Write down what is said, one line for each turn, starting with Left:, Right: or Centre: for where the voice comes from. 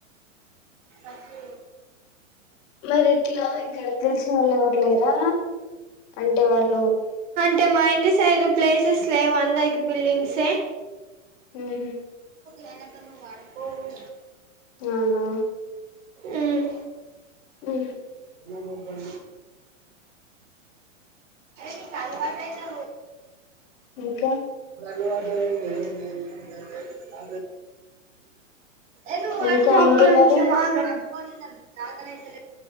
Right: అదు
Left: మరి ఇట్లా ఇక్కడ తెలిసిన వాళ్ళు ఎవరు లేరా అంటే వాళ్ళు
Right: అంటే మా ఇం సైదు ప్లేసెస్ లే అందకి బిల్డింగ్స్
Left: ఉ హహ
Right: వెనక నువ్వు వాడుకోవు
Left: అవునా
Right: ఉమ్
Left: ఉ
Right: డి అరే మీ కానీ వాటా
Left: ఇంకా
Right: రో ఆ పలి వా <unintelligible> దవాంత ఎ
Left: ఇంకా అండి
Right: ఒక నిమిషం
Left: మరి
Right: ఆగు పోను చేతన్ అయితే లేదు